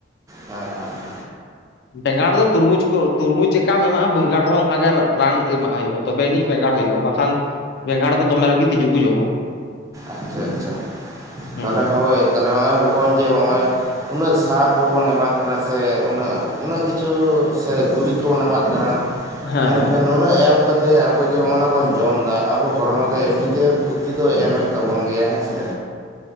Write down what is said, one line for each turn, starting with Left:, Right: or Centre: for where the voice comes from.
Right: ᱦᱮᱸ ᱦᱮᱸ
Left: ᱵᱮᱸᱜᱟᱲ ᱫᱚ ᱛᱩᱨᱢᱩᱡᱽ ᱠᱚ ᱛᱩᱨᱢᱩᱡᱽ ᱪᱮᱜᱠᱟᱢ ᱮᱢᱟᱜᱼᱟ ᱵᱮᱸᱜᱟᱲ ᱨᱮᱦᱚᱸ ᱚᱱᱠᱟᱜᱮ ᱨᱟᱱ ᱮᱢᱟᱜ ᱦᱩᱭᱩᱜᱼᱟ ᱛᱚᱵᱮ ᱟᱹᱱᱤᱡ ᱵᱮᱸᱜᱟᱲ ᱦᱩᱭᱩᱜᱼᱟ ᱵᱟᱠᱷᱟᱱ ᱵᱮᱸᱜᱟᱲ ᱫᱚ ᱫᱚᱢᱮ ᱨᱟᱜᱤ ᱛᱤᱸᱡᱩ ᱠᱚ ᱡᱚᱢᱟ
Right: ᱟᱪᱪᱷᱟ ᱟᱪᱪᱷᱟ
Left: ᱦᱮᱸ
Right: ᱛᱟᱦᱟᱞᱮ ᱦᱳᱭ ᱛᱟᱦᱟᱞᱮ ᱱᱚᱜ-ᱚᱭ ᱵᱚᱠᱚᱧ ᱡᱮ ᱦᱚᱸᱜ-ᱚᱭ ᱩᱱᱟᱹᱜ ᱥᱟᱨ ᱠᱚᱵᱚᱱ ᱮᱢᱟᱜ ᱠᱟᱱᱟ ᱥᱮ ᱩᱱᱟᱹᱜ ᱩᱱᱟᱹᱜ ᱠᱤᱪᱷᱩ ᱥᱮ ᱜᱩᱨᱤᱡ ᱠᱚᱵᱚᱱ ᱮᱢᱟᱜ ᱠᱟᱱᱟ
Left: ᱦᱮᱸ
Right: ᱢᱮᱱᱠᱷᱟᱱ
Left: ᱦᱮᱸ
Right: ᱱᱩᱱᱟᱹᱜ ᱮᱢ ᱠᱟᱛᱮ ᱟᱵᱚ ᱡᱮ ᱚᱱᱮ ᱵᱚᱱ ᱡᱚᱢ ᱫᱟ ᱟᱵᱚ ᱦᱚᱲᱢᱚ ᱨᱮ ᱮᱢᱱᱤ ᱛᱮ ᱠᱷᱚᱛᱤ ᱫᱚᱭ ᱮᱢᱮᱫ ᱛᱟᱵᱚᱱ ᱜᱮᱭᱟ ᱦᱮᱸ ᱥᱮ